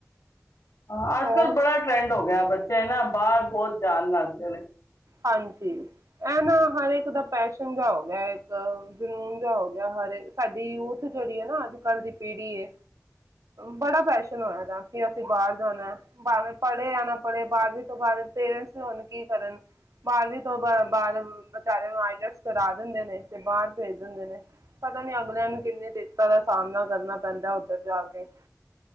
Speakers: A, on the left; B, on the right.
A: ਹਾਂ, ਅੱਜ
B: ਹੋਰ
A: ਕੱਲ੍ਹ ਬੜਾ ਟਰੈਂਡ ਹੋ ਗਿਆ ਬਸ ਇਹ ਨਾ ਬਾਹਰ ਬਹੁਤ ਜਾਣ ਲੱਗਦੇ ਨੇ।
B: ਹਾਂਜੀ, ਇਹ ਨਾ ਹਰ ਇੱਕ ਦਾ ਪੈਸ਼ਨ ਜਿਹਾ ਹੋ ਗਿਆ, ਇੱਕ ਜਨੂੰਨ ਜਿਹਾ ਹੋ ਗਿਆ, ਹਰੇ ਸਾਡੀ ਯੂਥ ਜਿਹੜੀ ਹੈ ਨਾ ਅੱਜ ਕੱਲ੍ਹ ਦੀ ਪੀੜ੍ਹੀ ਬੜਾ ਪੈਸ਼ਨ ਹੋਇਆ ਦਾ ਕਿ ਅਸੀਂ ਬਾਹਰ ਜਾਣਾ ਭਾਵੇਂ ਪੜੇ ਯਾ ਨਾ ਬੜ੍ਹੇ ਬਾਰਵੀਂ ਤੋਂ ਬਾਅਦ ਪੇਰੈਂਟਸ ਹੀ ਹੁਣ ਕੀ ਕਰਨ ਬਾਰਵੀਂ ਤੋਂ ਬ ਬਾਅਦ ਬ ਵਿਚਾਰਿਆਂ ਨੂੰ ਆਈਲੈਟਸ ਕਰਾ ਦਿੰਦੇ ਨੇ ਤੇ ਬਾਹਰ ਭੇਜ ਦਿੰਦੇ ਨੇ ਪਤਾ ਨੀ ਅਗਲਿਆਂ ਨੂੰ ਕਿੰਨੀ ਦਿੱਕਤਾਂ ਦਾ ਸਾਹਮਣਾ ਕਰਨਾ ਪੈਂਦਾ ਉੱਧਰ ਜਾ ਕੇ।